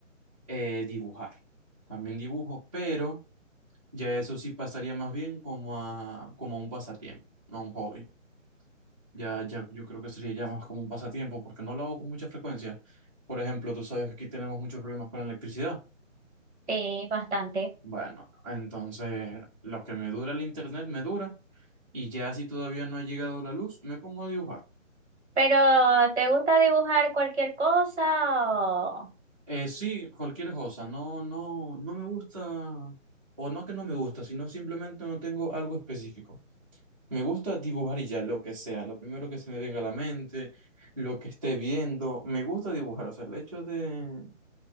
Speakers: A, on the right; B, on the right.
A: eh, dibujar, también dibujo, pero ya eso sí pasaría más bien como a, como a un pasatiempo, no a un hobby. Ya, ya, yo creo que sería ya más como un pasatiempo porque no lo hago con mucha frecuencia. Por ejemplo, tú sabes que aquí tenemos muchos problemas con la electricidad.
B: sí, bastante.
A: Bueno, entonces lo que me dura el internet me dura. Y ya si todavía no ha llegado la luz, me pongo a dibujar.
B: Pero, ¿te gusta dibujar cualquier cosa? o-
A: Eh, sí, cualquier cosa. No, no, no me gusta, o no que no me gusta, sino simplemente no tengo algo específico. Me gusta dibujar y ya, lo que sea, lo primero que se me venga a la mente, lo que esté viendo. Me gusta dibujar, o sea, el hecho de,